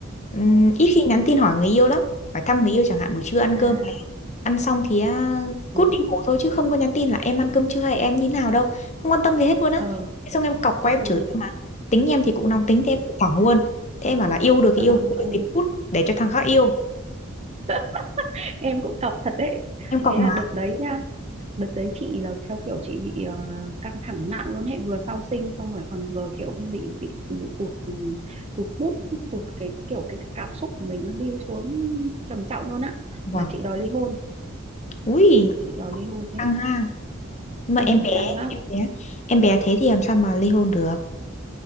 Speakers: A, on the left; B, on the right.
A: Ừm, ít
B: ừ.
A: khi nhắn tin hỏi người yêu lắm. Phải thăm người yêu chẳng hạn buổi trưa ăn
B: à
A: cơm. cái Ăn xong thì à,
B: ừ
A: cút đi ngủ thôi chứ không có nhắn tin là em ăn cơm chưa hay em như nào đâu. Không quan tâm gì hết luôn á.
B: ờ
A: Thế Xong em cọc qua em
B: ừ
A: chửi em mà. Tính em thì cũng nóng tính thế em cũng thẳng luôn. Thế em bảo là yêu được
B: ờ
A: thì yêu, không
B: ờ
A: yêu thì cút để cho thằng khác yêu.
B: <laughs> em cũng cọc thật đấy
A: Em cọc
B: thế
A: mà.
B: là đợt đấy nhá đợt đấy chị là theo kiểu chị bị ờ, căng thẳng nặng luôn ấy vừa sau sinh xong rồi còn vừa kiểu như bị bị bị tụt ừ, tụt bút tụt cái kiểu cái cảm xúc của mình nó đi xuống trầm trọng luôn á
A: Vâng.
B: là chị đòi ly hôn
A: Ui,
B: chị đòi ly hôn đấy
A: căng ha. mà
B: ừ,
A: em bé
B: căng
A: <laughs>
B: lắm
A: em bé em bé thế thì làm sao mà ly hôn được